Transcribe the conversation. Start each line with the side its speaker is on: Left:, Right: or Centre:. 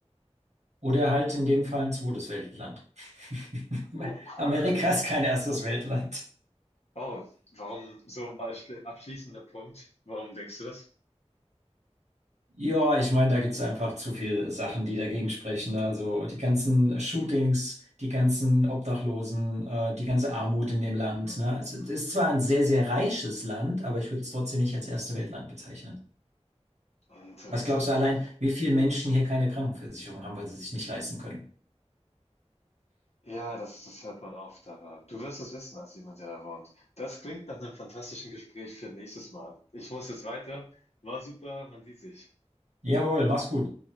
Right: Oder halt in dem Fall ein zweites Weltland. <laughs>
Left: Okay.
Right: Amerika ist kein erstes Weltland.
Left: Oh, warum so mal schli- abschließender Punkt? Warum denkst du das?
Right: Ja, ich meine, da gibt's einfach zu viele Sachen, die dagegen sprechen. Also die ganzen Shootings, die ganzen Obdachlosen, äh, die ganze Armut in dem Land.
Left: Hm,
Right: Ne? Also,
Left: hm,
Right: Es ist zwar ein sehr, sehr reiches Land, aber ich würde es trotzdem nicht als erste Weltland bezeichnen.
Left: hm. Interessant.
Right: Was glaubst du allein, wie viele Menschen hier keine Krankenversicherung haben, weil sie sich nicht leisten können?
Left: Ja, das, das hört man oft, aber du wirst es wissen als jemand, der da wohnt. Das klingt nach einem fantastischen Gespräch für nächstes Mal. Ich muss jetzt weiter. War super, man sieht sich.
Right: Jawohl, mach's gut.